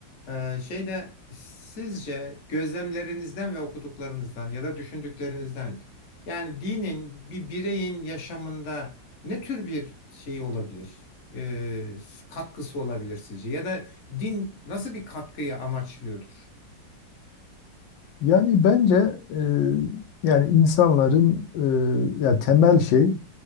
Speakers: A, on the left (about 50°); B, on the left (about 85°).
A: Ee, şeyde sizce gözlemlerinizden ve okuduklarınızdan ya da düşündüklerinizden yani dinin bir bireyin yaşamında ne tür bir şey olabilir? Ee, katkısı olabilir sizce? Ya da din nasıl bir katkıyı amaçlıyordur?
B: Yani bence e, yani insanların e, ya temel şey